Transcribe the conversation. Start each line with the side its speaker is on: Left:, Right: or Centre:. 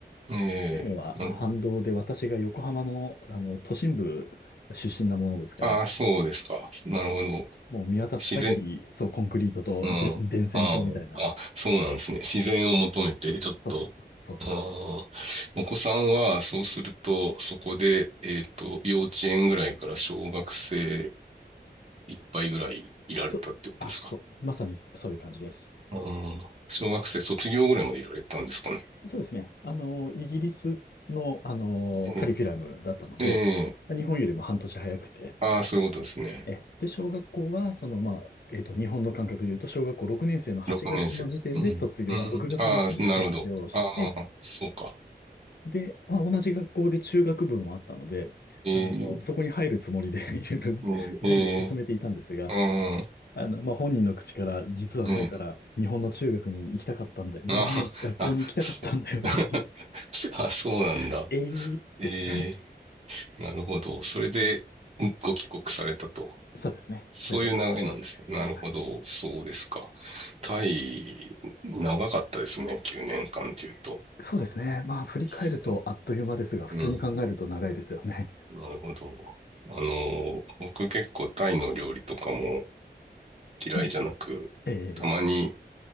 Right: ー、えー、
Left: というのは、
Right: なるほど。
Left: まあ、反動で私が横浜の、あの、都心部出身なものですから、
Right: ああ、そうですか。なるほど。
Left: そうもう見渡す限り、
Right: 自然、
Left: そう、コンクリートとで電線とみたいな。
Right: うん。あーあ、そうなんですね。自然を求めて、ちょっと。
Left: そうそうそう、そうそうそう。
Right: あーお子さんは、そうすると、そこで、えっと、幼稚園ぐらいから小学生いっぱいぐらいいられたってことですか
Left: そうあ、そう、まさにそういう感じです。
Right: うん。小学生卒業ぐらいまでいられたんですかね。
Left: そうですね。あの、イギリスの、あの、
Right: え
Left: カリキュラムだったので、
Right: え、ええ
Left: 日本よりも半年早くて、
Right: ああ、そういうことですね。
Left: え、で、小学校は、その、まあ、えっと、日本の感覚で言うと、小学校6年生の8月の時点で卒業、
Right: 6年生。うん。うん。
Left: あ、6月の時点で卒業して、
Right: ああ、なるほど。ああ、そうか。
Left: で、まあ、同じ学校で中学部もあったので、
Right: ええ、
Left: あの、そこに入るつもりで <laughs> いろいろ
Right: うんええ、
Left: 準備を進めていたんですが、
Right: うん、
Left: あの、まあ、本人の口から、実は前から日本の中学に行きたかったんだ、
Right: ええ、
Left: 日本の学校に行きたかったんだよねっていう、
Right: ああ、あ、そう。<laughs> <laughs> あ、そうなんだ。
Left: <laughs> ええって。
Right: ええ、なるほど。それで、ご帰国されたと。
Left: そうですね。
Right: そういう流れなんですね。
Left: そういうことになります。
Right: なるほど。
Left: はい。
Right: そうですか。タイ、長かったですね。9年間っていうと。
Left: そうですね。まあ、振り返るとあっという間ですが、
Right: そ
Left: 普通に考えると長いですよね。
Right: う。うん。なるほど。あの、僕結構タイの料理とかも嫌いじゃなく、
Left: うん。ええ、
Right: たまに、